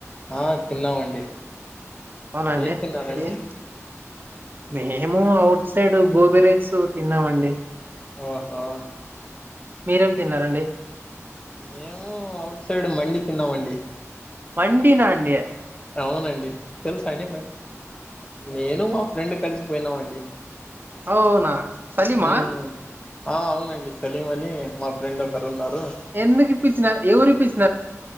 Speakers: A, on the left; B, on the right.
A: ఆ తిన్నామండి
B: అవునండి
A: ఏం తిన్నారండి.
B: ఏ- మేము అఔట్ సైడ్ గోబి రైస్ తిన్నావండి.
A: ఆఓహో
B: మీరేమ్ తిన్నారండి.
A: మేము అవుట్ సైడ్ మండి తిన్నావండి.
B: వండీ నాండయే
A: అవునండి తెలుసా అండి మై నేను మా ఫ్రెండ్ కలిసిపోయినావండి.
B: అవునా సలీమా
A: ఉమ్ ఆ అవునండి సలీం అని మా ఫ్రెండ్ ఒకరు ఉన్నారు.
B: ఎందుకు ఇపిచ్చినార్ ఎవర్ పీస్